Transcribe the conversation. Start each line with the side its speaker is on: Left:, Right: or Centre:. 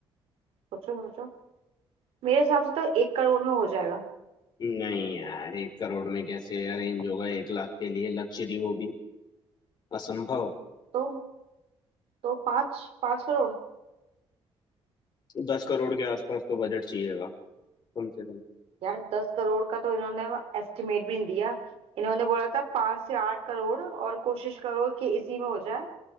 Right: सोचो सोचो मेरे हिसाब से तो एक करोड़ में हो जाएगा
Left: नहीं यार एक करोड़ में कैसे अरेंज होगा एक लाख के लिए लग्जरी वो भी असंभव
Right: तो तो पाँच पाँच करोड़
Left: दस करोड़ के आसपास तो बजट चाहिएगा कम से कम
Right: यार दस करोड़ का तो इन्होंने एस्टिमेट भी नहीं दिया इन्होंने बोला था पाँच से आठ करोड़ और कोशिश करो कि इसी में हो जाए